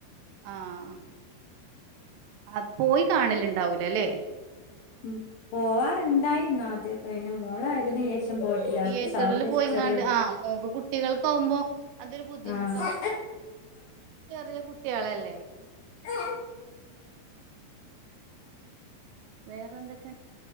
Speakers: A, on the right (about 80°); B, on the left (about 80°).
A: ആഹ അത് പോയി കാണലുണ്ടാവൂല അല്ലേ
B: ഉ പോവാറുണ്ടായിരുന്നോ ആദ്യമൊക്കെ അെ മോളയതിനന് ശേഷം പോയിട്ടില്ല
A: തിയേറ്ററിില്
B: അവക്ക് സൗണ്ട്
A: പോയിങ്ങാണ്ട്
B: ചെറിയൊരു
A: ആ് മൂക്ക് കുട്ടികൾക്ക് ആുമ്പോ അതൊരു ബുദ്ധിമുട്ടാുന്നു
B: ആഹ്
A: ചെറിയ കുട്ടികളല്ലേ
B: ആഹ
A: വേറെ എന്തൊക്ക